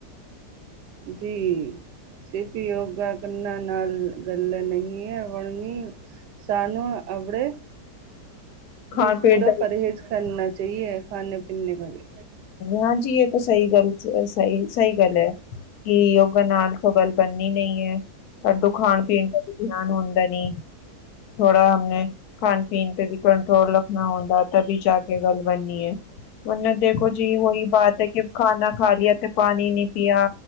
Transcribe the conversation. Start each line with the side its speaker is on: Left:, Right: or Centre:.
Right: ਜੀ। ਸਿਰਫ਼ ਯੋਗਾ ਕਰਨਾਂ ਨਾਲ ਗੱਲ ਨਹੀਂ ਹੈ ਬਣਨੀ। ਸਾਨੂੰ ਆਪਣੇੇ
Left: <inaudible>
Right: ਜੀ ਪੂਰਾ
Left: ਪੀਣ ਦਾ
Right: ਪਰਹੇਜ਼ ਕਰਨਾ ਚਾਹੀਏ ਖਾਣੇ ਪੀਣੇ ਕਾ ਵੀ।
Left: ਹਾਂਜੀ ਇਹ ਤਾਂ ਸਹੀ ਗੱਲ ਸਹੀ ਸਹੀ ਗੱਲ ਹੈ। ਕੀ ਯੋਗਾ ਨਾਲ ਤੋਂ ਗੱਲ ਬਣਨੀ ਨਹੀਂ ਹੈ ਸਾਡੂ ਖਾਣ ਪੀਣ ਦਾ ਧਿਆਨ ਆਮਦਨੀ ਥੋੜਾ ਹਮ ਨੇ, ਖਾਣ ਪੀਣ ਤੇ ਵੀ ਕੰਟਰੋਲ ਰੱਖਣਾ ਹੁੰਦਾ, ਵੀ ਜਾ ਕੇ ਗੱਲ ਬਣਨੀ ਹੈ ਉਹ ਦੇਖੋ ਜੀ ਉਹੀ ਬਾਤ ਹੈ, ਕਿ ਖਾਣਾ ਖਾ ਲਿਆ ਤੇ ਪਾਣੀ ਨੀ ਪਿਆ